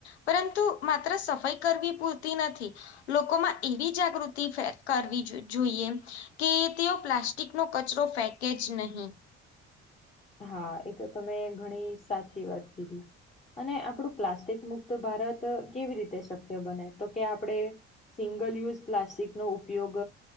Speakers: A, on the left (about 80°); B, on the left (about 20°).
A: પરંતુ માત્ર સફાઈ કરવી પૂરતી નથી લોકોમાં એવી જાગૃતિ કરવી જોઈએ કે તેઓ પ્લાસ્ટિકનો કચરો ફેંકે જ નહીં.
B: હા એ તો તમે ઘણી સાચી વાત કીધી અને આપડું પ્લાસ્ટિક મુક્ત ભારત કેવી રીતે શક્ય બને તો કે આપણે સિંગલ યુઝ પ્લાસ્ટિકનો ઉપયોગ